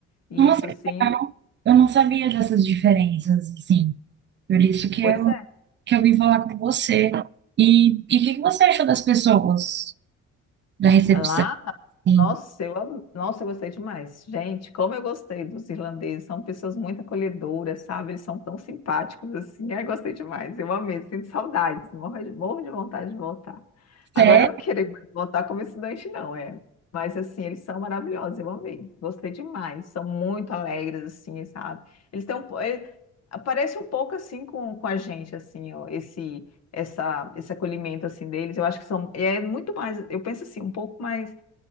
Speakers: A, on the left (about 55°); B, on the right (about 40°).
A: E
B: Nossa,
A: isso,
B: que
A: assim,
B: legal. Eu não sabia dessas diferenças, assim. Por isso que
A: pois
B: eu,
A: é.
B: que eu vim falar com você. E, e o que que você achou das pessoas da recepção?
A: Lá
B: Assim,
A: Nossa, eu amo. Nossa, eu gostei demais. Gente, como eu gostei dos irlandeses. São pessoas muito acolhedoras, sabe? Eles são tão simpáticos assim. Ai, gostei demais. Eu amei. Sinto saudades. Morro de, morro de vontade de voltar. Agora
B: Sério?
A: eu não quero mais voltar como estudante, não, é. Mas assim, eles são maravilhosos. Eu amei. Gostei demais. São muito alegres, assim, sabe? Eles têm um, po- ele- parece um pouco assim com, com a gente, assim, ó, esse, essa, esse acolhimento assim deles. Eu acho que são. É muito mais. Eu penso assim, um pouco mais